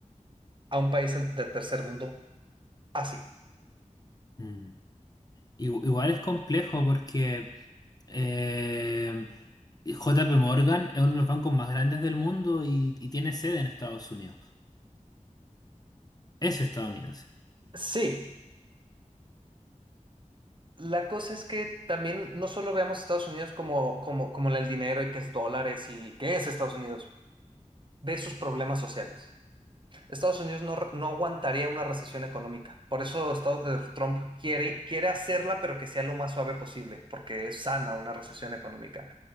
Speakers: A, on the right; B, on the left.
A: a un país en- de tercer mundo así.
B: mm. Igu- Igual es complejo porque eh, JP Morgan es uno de los bancos más grandes del mundo y, y tiene sede en Estados Unidos. Es estadounidense.
A: Sí. La cosa es que también no solo veamos a Estados Unidos como, como, como el dinero y que es dólares y qué es Estados Unidos. Ve sus problemas sociales. Estados Unidos no, re- no aguantaría una recesión económica. Por eso Estados- eh, Trump quiere, quiere hacerla, pero que sea lo más suave posible, porque es sana una recesión económica.